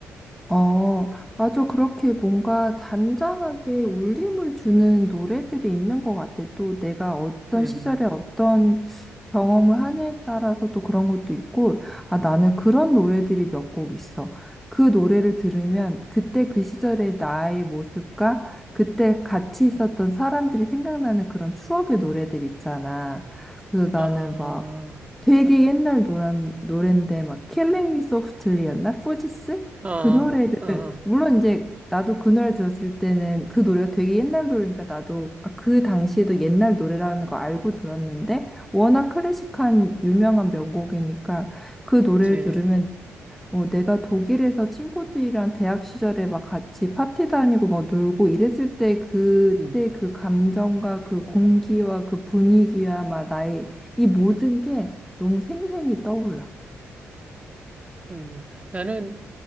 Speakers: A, in the centre; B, on the right.
A: 어, 맞아. 그렇게 뭔가 잔잔하게 울림을 주는 노래들이 있는 것 같아. 또 내가 어떤
B: 음.
A: 시절에 어떤 경험을 하냐에 따라서 또 그런 것도 있고, 아, 나는 그런 노래들이 몇 곡 있어. 그 노래를 들으면 그때 그 시절의 나의 모습과 그때 같이 있었던 사람들이 생각나는 그런 추억의 노래들 있잖아. 그래서 나는
B: 아,
A: 막 되게 옛날 노란 노랜데 막 e s o f t l y 였나 포지스?
B: 아,
A: 그 노래를
B: 아,
A: 물론 이제 나도 그 노래 들었을 때는 그 노래가 되게 옛날 노래니까 나도 아, 그 당시에도 옛날 노래라는 거 알고 들었는데 워낙 클래식한 유명한 명곡이니까 그 노래를
B: 그치.
A: 들으면 어, 내가 독일에서 친구들이랑 대학 시절에 막 같이 파티 다니고 막 놀고 이랬을 때 그때
B: 음,
A: 그 감정과 그 공기와 그 분위기와 막 나의 이 모든 게 너무 생생히 떠올라.
B: 음. 나는